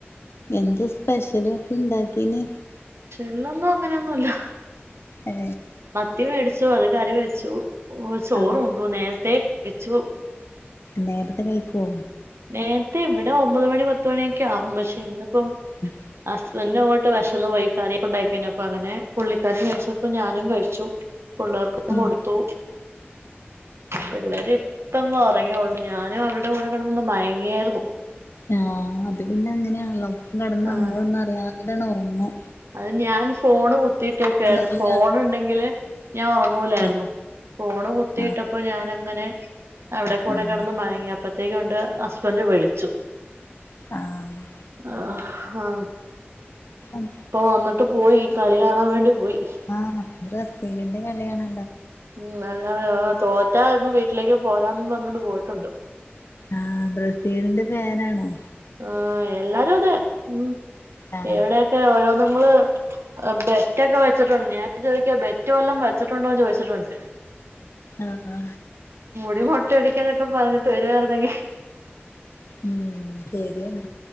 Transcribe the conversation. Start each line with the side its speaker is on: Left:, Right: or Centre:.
Left: എന്താ സ്പെഷ്യലൊക്കെ ഇണ്ടാക്കീനെ?
Right: എള്ളൊന്നും അങ്ങനെയൊന്നുവില്ല
Left: ഏ
Right: ത്തി മേടിച്ചു അത് കറി വെച്ചു ചോറുണ്ടു,
Left: ആഹ്
Right: നേരത്തേ കഴിച്ചു.
Left: നേരത്തെ കഴിക്കോ?
Right: നേരത്തെ, ഇവിടെ ഒമ്പത് മണി പത്തുമണിയൊക്കെ ആകും പക്ഷെ ഇന്നിപ്പം
Left: ഉം
Right: പിന്നങ്ങോട്ട് വിശന്ന് പോയി കറീക്കൊണ്ടാക്കിക്കഴിഞ്ഞപ്പോ അങ്ങനെ പുള്ളിക്കാരൻ കഴിച്ചപ്പോ ഞാനും കഴിച്ചു. പിള്ളേർക്കിപ്പം
Left: ആഹ്
Right: കൊടുത്തു. പിള്ളേരിപ്പം അങ്ങൊറങ്ങിയേള്ളൂ ഞാനും അവരടെ കൂടെക്കെടന്നു ന്ന് മയങ്ങിയാരുന്നു.
Left: ആ അത് പിന്നെ അങ്ങനെയാണല്ലോ ഒപ്പം കിടന്ന നമ്മളൊന്ന്
Right: ആഹ്
Left: അറിയാതന്നെയങ്ങോറങ്ങും.
Right: അത് ഞാൻ ഫോണ് കുത്തിട്ടേക്കായിരുന്നു,
Left: അങ്ങനെയാണ്
Right: ഫോണുണ്ടെങ്കില് ഞാൻ ഉറങ്ങൂലായിരുന്നു,
Left: ഉം
Right: ഫോണ് കുത്തിയിട്ടപ്പോ
Left: ആഹ്
Right: ഞാനങ്ങനെ അവിടെ കൂടെ
Left: ആഹ്
Right: കിടന്ന് മയങ്ങിയപ്പത്തേക്കു ഒണ്ട് ഹസ്ബന്റ് വിളിച്ചു.
Left: ആഹ്
Right: ആ ആ
Left: ഉം
Right: വന്നട്ട് പോയീ കളി കാണാൻ വേണ്ടി പോയി
Left: ആഹ് ഇന്ന് ബ്രസീലിൻ്റെ കളിയാണ്
Right: ഉം നല്ലതാ തോറ്റാ ഇങ്ങ് വീട്ടിലേക്ക് പോരാംന്നും പറഞ്ഞോണ്ട് പോയിട്ടൊണ്ട്
Left: ആഹ് ബ്രസീലിന്റെ ഫാനാണോ
Right: ആഹ് എല്ലാരു അതേ ഉം
Left: ആഹ്
Right: ഇവിടെയൊക്കെ ഓരോന്നുങ്ങള് അ് ബെറ്റൊക്കെ വച്ചിട്ടുണ്ട് ഞാൻ ചോദിക്കുവാ ബെറ്റ് വല്ലോം വെച്ചിട്ടുണ്ടോന്ന് ചോദിച്ചിട്ടുണ്ട്
Left: ആഹാ
Right: ടി മൊട്ടയടിക്കാനൊക്കെ പറഞ്ഞിട്ട് വരുവാർന്നെങ്കി
Left: ഉം ശരിയാണ്